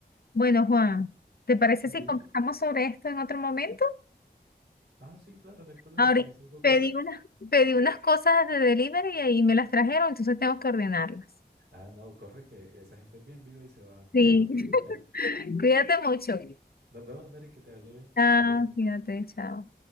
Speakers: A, on the left; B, on the right.
A: Bueno, Juan, ¿te parece
B: Dime.
A: si conversamos sobre esto en otro momento?
B: Ah, sí, claro, no hay problema.
A: Ahorita
B: ¿Tienes algo
A: pedí
B: que hacer?
A: unas, pedí unas cosas de delivery y ahí me las trajeron, entonces tengo que ordenarlas.
B: Ah, no, corre que esa gente es bien viva y se va.
A: Sí,
B: <laughs> Aprovecha.
A: <laughs> cuídate mucho.
B: Nos vemos, Mary, que te vaya bien.
A: Chao,
B: Hasta luego.
A: cuídate, chao.